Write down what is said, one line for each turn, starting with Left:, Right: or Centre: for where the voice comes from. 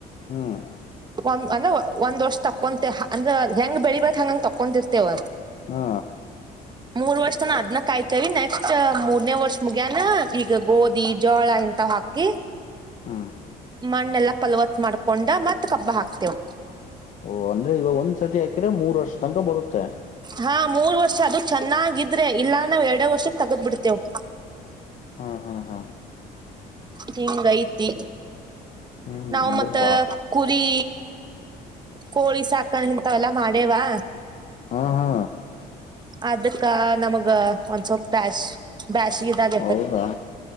Left: ಹ್ಮ್
Right: ಒ ಅಂದ್ರೆ ಒಂದ್ ವರ್ಷ ತಕೊಂತೇ ಅಂದ್ರೆ ಹೆಂಗ ಬೆಳಿಬೇಕ್ ಹಂಗಂಗ ತಕೊಂತಿರ್ತೆೇವ.
Left: ಹಾ
Right: ಮೂರ್ ವರ್ಷ ತಾನ ಅದನ್ನ ಕಾಯ್ತೇವಿ ನೆಕ್ಸ್ಟ್ ಮೂರನೇ ವರ್ಷ ಮುಗ್ಯಾನ ಈಗ ಗೋಧಿ ಜೋಳ ಇಂತವ್ ಹಾಕ್ ಕಿ
Left: ಹ್ಮ್
Right: ಮಣ್ಣೆಲ್ಲಾ ಫಲವತ್ ಮಾಡ್ಕೊಂಡ ಮತ್ ಕಬ್ಬ ಹಾಕ್ತೆೇವ.
Left: ಓ ಅಂದ್ರೆ ಈಗ ಒಂದು ಸತಿ ಹಾಕಿದ್ರೆ ಮೂರ್ ವರ್ಷ ತನಕ ಬರುತ್ತೆ.
Right: ಹಾ ಮೂರು ವರ್ಷ ಅದು ಚೆನ್ನಾಗಿದ್ರೆ ಇಲ್ಲಾ ನಾವು ಎರಡೇ ವರ್ಷಕ್ಕೆ ತಗದ್ ಬಿಡ್ತೇವ್
Left: ಹಾ ಹಾ ಹ
Right: ಹಿಂಗ್ ಐತಿ
Left: ಹ್ಮ್
Right: ನಾವು
Left: ಹಂಗ್ರ
Right: ಮತ್ತ
Left: ಬಾ
Right: ಕುರಿ ಕೋಳಿ ಸಾಕಣೆ ಇಂತವೆಲ್ಲಾ ಮಾಡೇವಾ.
Left: ಹಾ ಹಾ
Right: ಅದಕ್ಕ ನಮಗ ಒಂದ್ಸೊಪ್ ಬ್ಯಾಶ್ ಬ್ಯಾಸಗಿ ಇದಾಗ.
Left: ಹೌದಾ